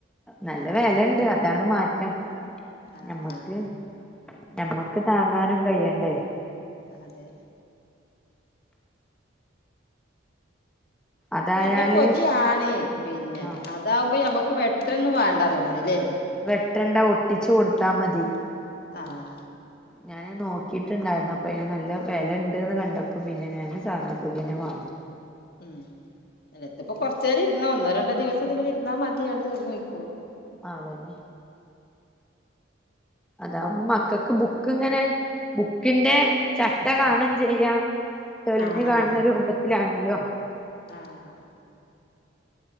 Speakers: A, in the centre; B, on the left.
A: നല്ല
B: ആഹ്
A: വെലണ്ട് അതാണ് മാറ്റം.
B: ആഹ്
A: നമ്മക്ക്,
B: ആഹ്
A: നമ്മക്ക് താങ്ങാനും കയ്യണ്ടേ?
B: അതെ.
A: അതായാല്
B: ഇത് നല്ല പൊതി ആണ് പിന്നെ
A: ആഹ്
B: അത് താവുമ്പോ ഞമ്മക്ക് വെട്ടൊന്നും വാണ്ട തോന്നണ ല്ലേ?
A: വെട്ടണ്ട ഒട്ടിച്ചു കൊടുത്താ മതി.
B: ആഹ്.
A: ഞാന് നോക്കീട്ട്ണ്ടായിരുന്നു. അപ്പൊ അതിന് നല്ല വിലണ്ട്ന്ന് കണ്ടപ്പോ പിന്നെ, ഞാന് സാദാ പൊതി തന്നെ വാങ്ങി.
B: ഉം, അല്ല ഇതിപ്പോ കൊറച്ചേരം ഇരുന്ന ഒന്നോ, രണ്ടോ ദിവസം ഇതിമ്മൽ ഇരുന്നാ മതി. ആണ്ട് തീർന്ന് പോയ്‌ക്കോളും.
A: ആതന്നെ. അതാവുമ്പോ മക്കൾ ക്ക് ബുക്ക് ഇങ്ങനെ ബുക്കി ന്റെ ചട്ട കാണും ചെയ്യാം. തെളിഞ്ഞു
B: ആഹ്
A: കാണുന്ന
B: ആഹ്
A: രൂപത്തിലാണല്ലോ?
B: ആഹ്.